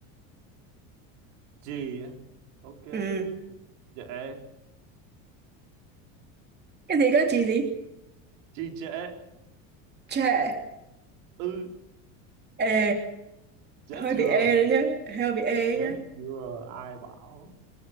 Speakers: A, on the right; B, on the right.
A: Gì á? ok
B: ừ
A: dễ
B: cái gì cơ chị gì
A: Gì dễ
B: trẻ
A: ư
B: ê
A: chết
B: hơi
A: chưa
B: bị ê đấy nhá hơi bị ê đấy
A: chết
B: nhá
A: chưa ai bảo